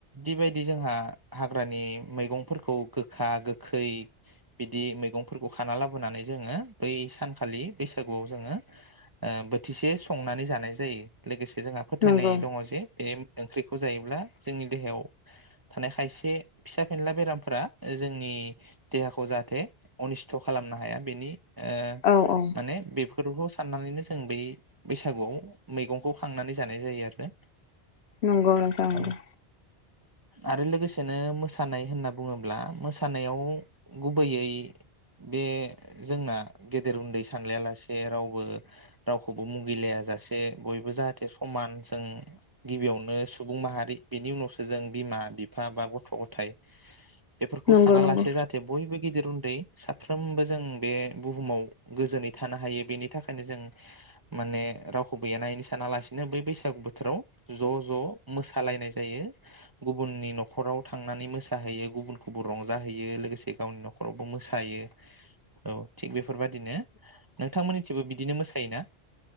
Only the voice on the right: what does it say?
बिबायदि जोंहा हाग्रानि मैगंफोरखौ गोखा गो खै बिदि मैगंफोरखौ खाना लाबोनानै जोङो बै सानखालि बैसागुआव जोङो ओ बोथिसे संनानै जानाय जायो लोगोस जोङा फोथायनाय
दङ जे बे ओंख्रिखौ जायोब्ला जोंनि देहायाव थानाय खायसे बे फिसा फेनला बेरामफोरा ओ जोंनि देहाखौ जाहाथे अनिस्थ खालामनो हाया बेनि ओह
माने बेफो बेफोरखौ साननानैनो जों बै बैसागुवाव मैगंखौ खांनानै जानाय जायो आरो
औ आरो लोगोसेनो मोसानाय होनना बुङोब्ला मोसाना नायाव गुबैयै बे जोंना गेदेर उन्दै सानलाया लासे रावबो रावखौबो मुगैलाया जासे बयबो जाहाथे समान ओं गिबियावनो सुबुं माहारि बेनि उनावसो जों बिमा बिफा बा गथ' गथाइ बेफोरखौ
सा साना
लासे जाथे बयबो गिदिर उन्दै साफ्रोमबो जों बे बुहुमाव गोजोनै थानो हायो बेनि थाखायनो जों माने रावखौबो एना एनि सा। सानालासिनो बै बैसागु बोथोराव ज' ज' मोसा सालायनाय जायो गुबुननि न'खराव थांनानै मोसाहैयो गुबुनखौ रंजाहैयो लोगोसे गावनि न'खरावबो मोसायो औ थिग बेफोरबादिनो नोंथांमोननि थिबो बिदिनो मोसायोना?